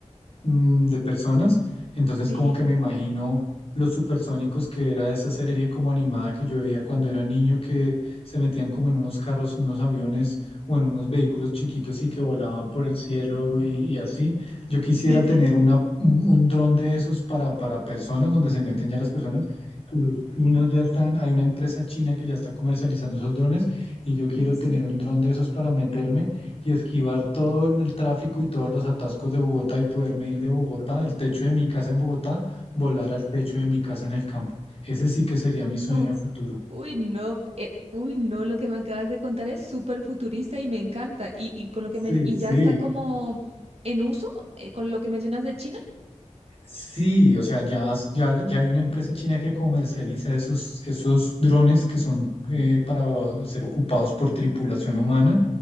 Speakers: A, on the left; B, on the right.
A: mm, de personas. Entonces
B: sí,
A: como que me imagino Los Supersónicos, que era esa serie como animada que yo veía cuando era niño, que se metían como en unos carros, unos aviones o en unos vehículos chiquitos y que volaban por el cielo y, y así. Yo quisiera
B: sí, sí.
A: tener una, un, un dron de esos para, para personas, donde se meten ya las personas. Los chinos ya están, hay una empresa china que ya está comercializando esos drones y yo quiero
B: ¿En serio?
A: tener un dron de esos para meterme y esquivar todo el tráfico y todos los atascos de Bogotá y poderme ir de Bogotá, del techo de mi casa en Bogotá, volar al techo de mi casa en el campo. Ese sí que sería mi sueño
B: Uf,
A: a futuro.
B: Uy, no, eh, uy, no, lo que me acabas de contar es súper futurista y me encanta. Y, y con lo
A: Sí,
B: que me, y
A: sí.
B: ya está como en uso, eh, con lo que mencionas de China.
A: Sí, o sea, ya, ya, ya hay una empresa china que comercializa esos, esos drones que son eh,
B: uf.
A: para ser ocupados por tripulación humana